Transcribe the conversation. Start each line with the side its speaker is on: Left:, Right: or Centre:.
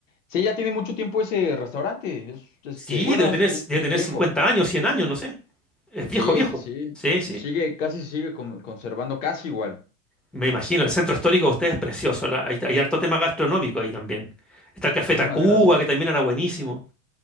Left: Sí, ya tiene mucho tiempo ese restaurante. Es, este,
Centre: Sí,
Left: bueno,
Centre: debe tener,
Left: es, es-
Centre: debe
Left: es
Centre: tener
Left: viejo.
Centre: 50 años, 100 años, no sé. Es viejo,
Left: Sí,
Centre: viejo.
Left: sí, sí.
Centre: Sí, sí.
Left: Y sigue, casi sigue con- conservando casi igual.
Centre: Me imagino, el centro histórico de ustedes es precioso. la- hay, hay harto tema gastronómico ahí también. Está el
Left: Muchísimas
Centre: Café Tacuba,
Left: gracias.
Centre: que también era buenísimo.